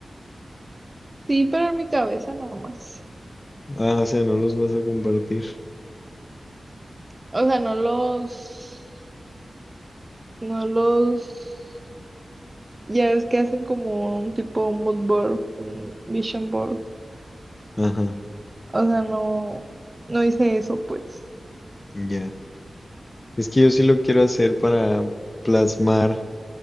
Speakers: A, on the right (about 25°); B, on the left (about 30°).
A: Sí, pero en mi cabeza no más.
B: Ah, o sea, no los vas a compartir.
A: O sea, no los, no los, ya es que hacen como un tipo mood board, un vision board.
B: Ajá,
A: O sea, no, no hice eso, pues.
B: ya. Es que yo sí lo quiero hacer para plasmar